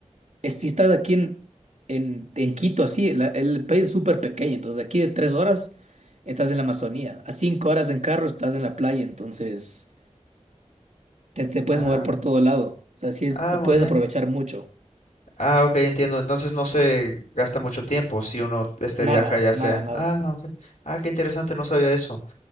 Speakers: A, on the right; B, on the left.
A: es- si estás aquí en, en, en Quito, así, la- el país es súper pequeño, entonces de aquí de tres horas estás en la Amazonía, a cinco horas en carro estás en la playa, entonces te, te puedes
B: Ah,
A: mover por
B: ok.
A: todo lado. O sea, sí es,
B: Ah, muy
A: puedes
B: bien.
A: aprovechar mucho.
B: Ah, ok, entiendo. Entonces no se gasta mucho tiempo si uno este
A: Nada,
B: viaja ya sea.
A: nada, nada.
B: Ah, ok. Ah, qué interesante, no sabía eso.